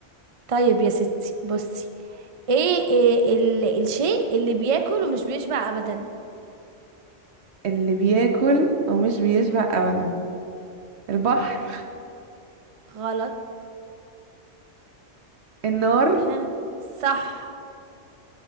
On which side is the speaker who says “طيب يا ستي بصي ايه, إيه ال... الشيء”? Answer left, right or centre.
Right